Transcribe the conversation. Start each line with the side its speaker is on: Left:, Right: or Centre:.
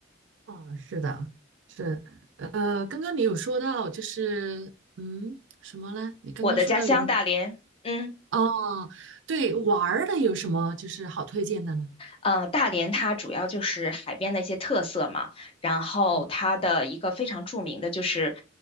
Right: 嗯，是的，是，呃，刚刚你有说到，就是，嗯，什么呢？你刚刚说到云，
Left: 我的家乡大连，嗯。
Right: 哦，对，玩儿的有什么就是好推荐的呢？
Left: 呃，大连它主要就是海边的一些特色嘛，然后它的一个非常著名的就是，
Right: 嗯，